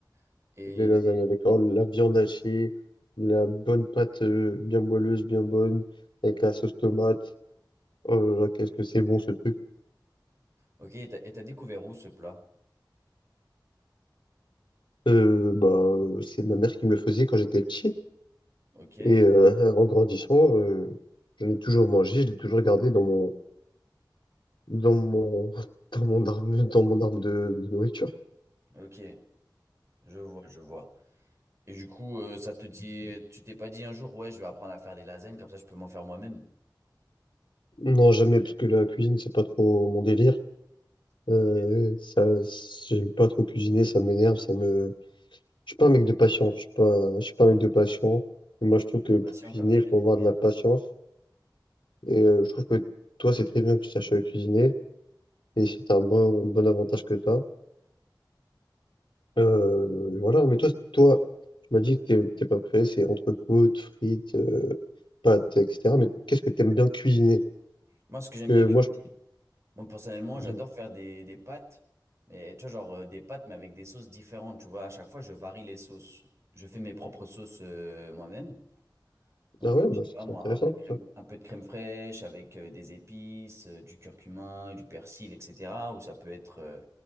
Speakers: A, on the right; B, on the left.
A: Et,
B: les lasagnes avec oh, la viande hachée, la bonne pâte euh, bien moelleuse, bien bonne, avec la sauce tomate. Oh là là, qu'est-ce que c'est bon ce truc.
A: ok, et t'as et t'as découvert où ce plat?
B: Euh, bah, euh, c'est ma mère qui me le faisait quand j'étais petit.
A: Ok,
B: Et euh, en grandissant, euh, j'en ai toujours mangé, je l'ai toujours gardé dans mon, dans mon, <laughs> dans mon arme, dans mon arme de, de nourriture.
A: ok, je vois, je vois. Et du coup, euh, ça te dit, tu t'es pas dit un jour, ouais, je vais apprendre à faire des lasagnes, comme ça je peux m'en faire moi-même.
B: Non, jamais, parce que la cuisine, c'est pas trop mon délire.
A: Ok,
B: Euh, ça, j'aime pas trop cuisiner, ça m'énerve, ça me, Je suis pas un mec de patience. Je suis pas, je suis pas un mec de patience. Et moi, je trouve que
A: pas patient
B: pour cuisiner,
A: comme mec.
B: il faut avoir
A: ok.
B: de la patience. Et euh, je trouve que toi, c'est très bien que tu saches euh, cuisiner. Et c'est un bon, bon avantage que tu as. Euh, voilà. Mais toi, toi, tu m'as dit que t'es, t'es pas prêt. C'est entrecôte, frites, euh, pâtes, etc. Mais qu'est-ce que tu aimes bien cuisiner?
A: Moi, ce que j'aime
B: Parce
A: bien,
B: que
A: cuisiner-
B: moi, je...
A: moi personnellement, j'adore
B: du-
A: faire des, des pâtes, mais tu vois, genre euh, des pâtes, mais avec des sauces différentes, tu vois. À chaque fois, je varie les sauces. Je fais mes propres sauces euh, moi-même. Donc,
B: Ah ouais,
A: je
B: bah,
A: sais pas
B: c'est
A: moi,
B: intéressant
A: un peu de
B: tout
A: crème,
B: ça.
A: un peu de crème fraîche avec euh, des épices, euh, du curcuma, du persil, etc. Ou ça peut être euh,